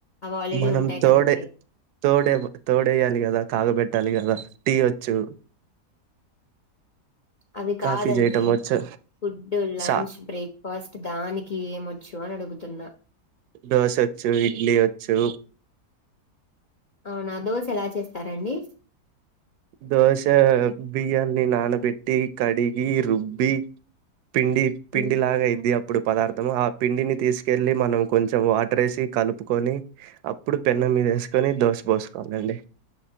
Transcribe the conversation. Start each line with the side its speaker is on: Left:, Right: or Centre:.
Left: అవి ఆల్రెడీ
Right: మనం
Left: ఉంటాయి
Right: తోడే
Left: కదండి
Right: తోడే తోడేయాలి గదా కాగబెట్టాలి కదా టీ వచ్చు
Left: అవి కాదండి
Right: కాఫీ జేయటం వచ్చు,
Left: ఫుడ్డు లంచ్
Right: సా
Left: బ్రేక్ ఫస్ట్ దానికి ఏమొచ్చు అని అడుగుతున్నా
Right: దోసోచ్చు ఇడ్లీ వచ్చు
Left: అవునా దోశ ఎలా చేస్తారండి
Right: దోశ బియ్యాన్ని నానబెట్టి కడిగి రుబ్బి పిండి పిండి
Left: హ్మ్.
Right: లాగా అయిద్ధిఅ ఇప్పుడు పదార్థము ఆ పిండిని తీసుకెళ్ళలి మనం కొంచెం వాటర్ వేసి కలుపుకొని అప్పుడు పెనం మీద వేసుకొని దోస పోసుకోవాలండి